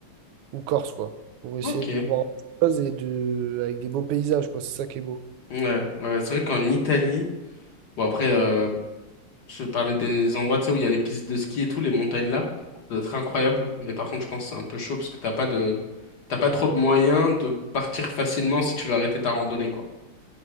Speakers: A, on the right (about 85°); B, on the left (about 55°).
A: ou Corse, quoi. Pour essayer
B: Ok.
A: de
B: Ouais,
A: voir autre chose et de, avec des beaux paysages, quoi. C'est ça qui est beau.
B: ouais, ouais, c'est vrai qu'en Italie, bon après, euh, Je parlais des endroits, tu sais, où il y a les pistes de ski et tout, les montagnes là. Ça doit être incroyable. Mais par contre, je pense que c'est un peu chaud parce que t'as pas de, t'as pas trop de moyens de partir facilement si tu veux arrêter ta randonnée, quoi.